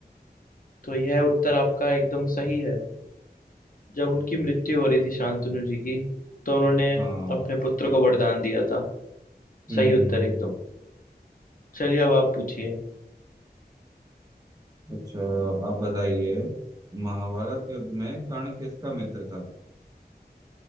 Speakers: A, on the left; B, on the right.
A: तो यह उत्तर आपका एकदम सही है जब उनकी मृत्यु हो रही थी शांतनु जी की तो उन्होंने
B: हाँ हम्म
A: अपने पुत्र को वरदान दिया था
B: हम्म,
A: सही
B: हम्म।
A: उत्तर एकदम
B: हम्म।
A: चलिए अब आप पूछिए
B: अच्छा आप बताइए महाभारत युद्ध में कर्ण किसका मित्र था